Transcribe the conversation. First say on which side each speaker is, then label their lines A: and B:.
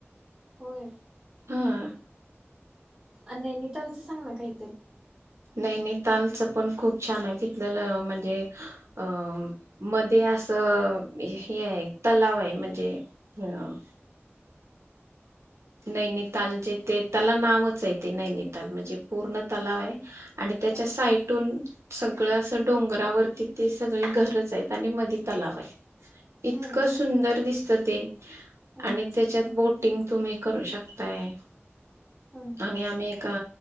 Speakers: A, on the right; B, on the right.
A: होय.
B: हम्म,
A: नैनितालच सांग ना काही?
B: नैनितालच पण खूप छान आहे तिथलं म्हणजे अ म ते असं हे आहे, तलाव आहे म्हणजे <unintelligible> नैनिताल जे ते त्याला नावच आहे ते नैनिताल म्हणजे पूर्ण तलाव आहे. आणि त्याच्या
A: हा,
B: साइटून सगळं असं डोंगरावरती ते सगळे घरच आहेत आणि मधी तलाव आहे. इतकं
A: हं,
B: सुंदर दिसतं ते
A: हं,
B: आणि त्याच्यात बोटिंग तुम्ही करू शकताय
A: हं,
B: आणि आम्ही एका